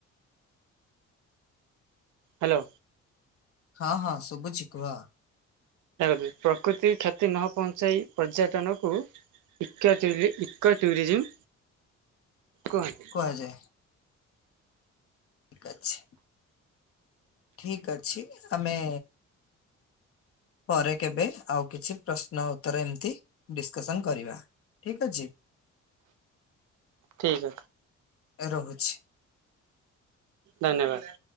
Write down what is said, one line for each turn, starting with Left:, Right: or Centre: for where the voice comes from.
Right: ହ୍ୟାଲୋ।
Left: ହଁ ହଁ ଶୁବୁଛି କୁହ?
Right: ଦେ ପ୍ରକୃତି କ୍ଷତି ନ ପହଞ୍ଚାଇ ପର୍ଯ୍ୟଟନକୁ ଇ ଇ ଟୁରିସମ୍ କୁହନ୍ତି।
Left: ଆଜା ଠିକ୍ ଅଛି। ଠିକ ଅଛି ଆମେ ପରେ କେବେ ଆଉ କିଛି ପ୍ରଶ୍ନ ଉତ୍ତର ଏମିତି ଡିସକସନ କରିବା। ଠିକ ଅଛି।
Right: ଠିକ୍।
Left: ରହୁଛି।
Right: ଧନ୍ୟବାଦ।